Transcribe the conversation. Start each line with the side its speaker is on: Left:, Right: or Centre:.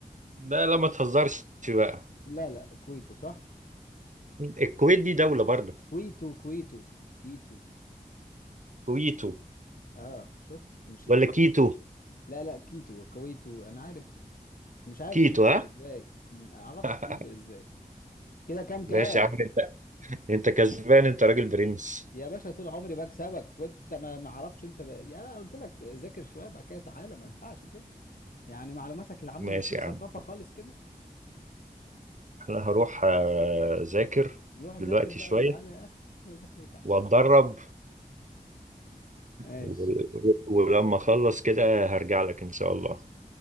Right: ده لا ما تهزرش بقى
Left: لا لا كويتو صح
Right: الكويت دي دولة برضو
Left: كويتو كويتو كيتو
Right: كويتو
Left: اه شفت مش الكويت
Right: ولا كيتو
Left: لا لا كيتو كويتو انا عارف مش عارف
Right: كيتو
Left: تتنطق
Right: ها
Left: ازاي ما اعرفش
Right: <laughs>
Left: تتنطق ازاي كده كام كام
Right: ماشي يا عم انت انت كسبان انت راجل برنس
Left: يا باشا طول عمري بكسبك وانت ما ما اعرفش انت ب... يعني انا قلت لك ذاكر شويه بقى كده تعالى ما ينفعش كده يعني معلوماتك العامه
Right: ماشي
Left: ما فيش
Right: يا عم
Left: ثقافه خالص كده
Right: انا هروح آه، اذاكر
Left: نروح ذاكر
Right: دلوقتي
Left: بقى
Right: شوية
Left: وتعالى يا اخي روح ذاكر وتعالى
Right: واتدرب
Left: ماشي
Right: و- ولما اخلص كده هرجع لك ان شاء الله